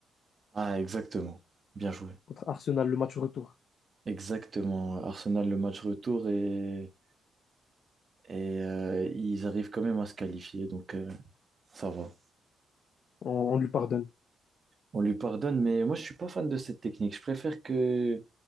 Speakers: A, on the right; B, on the left.
A: Ah, exactement. Bien joué.
B: Contre Arsenal, le match retour.
A: Exactement. Arsenal, le match retour et, et euh, ils arrivent quand même à se qualifier, donc euh, ça va.
B: On, on lui pardonne.
A: On lui pardonne, mais moi, je suis pas fan de cette technique. Je préfère que